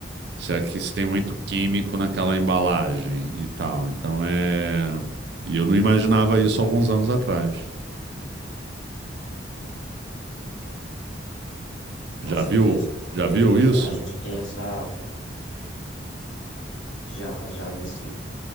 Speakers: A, on the right; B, on the left.
A: Se é que se tem muito químico naquela embalagem e tal. Então é. E eu não imaginava isso alguns anos atrás. Já
B: Com certeza,
A: viu?
B: porque
A: Já viu isso?
B: a gente tem essa. Já, já vi sim,